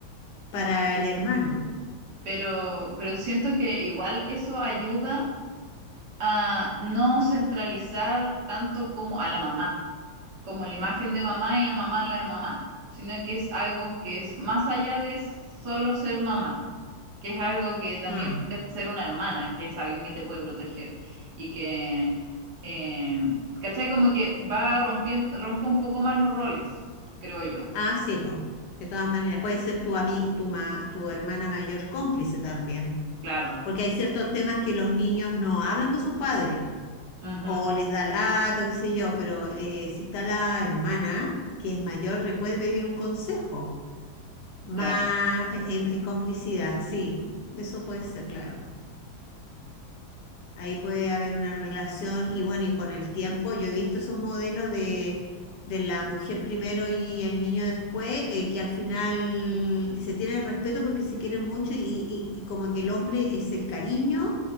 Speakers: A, on the left (about 70°); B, on the right (about 60°).
A: para el hermano.
B: Pero, pero siento que igual eso ayuda a no centralizar tanto como a la mamá, como la imagen de mamá y la mamá en la de mamá, sino que es algo que es más allá de solo ser mamá, que es algo que también
A: Mm.
B: puede ser una hermana, que es alguien que te puede proteger y que, eh, ¿cachai? Como que va rompiendo, rompe un poco más los roles, creo yo.
A: Ah, sí, pues, de todas maneras, puede ser tu, ami- tu, ma- tu hermana mayor cómplice también,
B: Claro,
A: porque hay ciertos temas que los niños no hablan con sus padres,
B: ujú,
A: o les da lato, qué sé yo, pero eh, si está la hermana, que es mayor, le puede pedir un consejo, más
B: claro,
A: eh, en en complicidad, sí, eso puede ser, claro. Ahí puede haber una relación y bueno, y con el tiempo, yo he visto esos modelos de, de la mujer primero y el niño después, eh, que al final se tienen respeto porque se quieren mucho y, y- y como que el hombre es el cariño